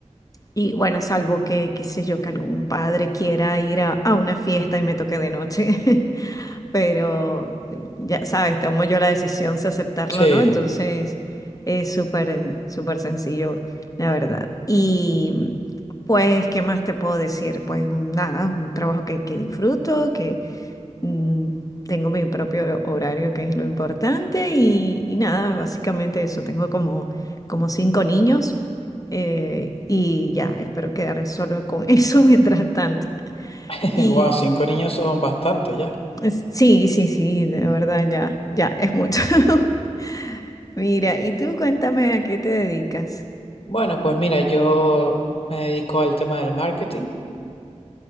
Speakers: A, on the left; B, on the left.
A: Y bueno, salvo que, qué sé yo, que algún padre quiera ir a, a una fiesta y me toque de noche. <laughs> Pero ya sabes, tomo yo la decisión si aceptarlo
B: sí,
A: o no. Entonces es súper, súper sencillo, la verdad. Y pues, ¿qué más te puedo decir? Pues nada, un trabajo que, que disfruto, que mm, tengo mi propio horario, que es lo importante, y, y nada, básicamente eso. Tengo como, como cinco niños eh, y ya, espero quedar solo con <laughs> eso mientras tanto.
B: <laughs>
A: Y
B: wow, cinco niños son bastante ya.
A: es- sí, sí, sí, de verdad, ya, ya, es mucho. <laughs> Mira, y tú cuéntame a qué te dedicas.
B: Bueno, pues mira, yo me dedico al tema del marketing,